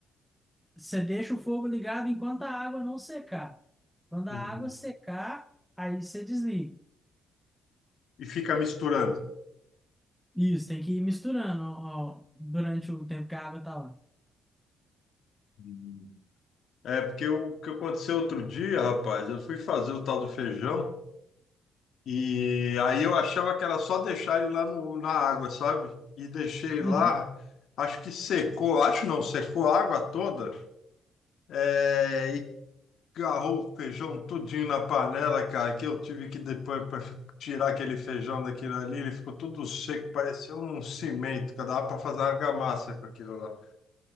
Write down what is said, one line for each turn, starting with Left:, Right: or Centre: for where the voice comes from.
Centre: Você deixa o fogo ligado enquanto a água não secar. Quando
Left: Uhum.
Centre: a água secar, aí você desliga.
Left: E fica misturando?
Centre: Isso, tem que ir misturando ó, ó, durante o tempo que a água tá lá.
Left: Hum. É, porque o que aconteceu outro dia, rapaz, eu fui fazer o tal do feijão e aí eu achava que era só deixar ele lá no- na água, sabe? E deixei
Centre: Uhum.
Left: lá, acho que secou, acho não, secou a água toda é, e agarrou o feijão tudinho na panela, cara, que eu tive que depois para tirar aquele feijão daquilo ali, ele ficou tudo seco, parecia um cimento, que dava para fazer argamassa com aquilo lá. <laughs>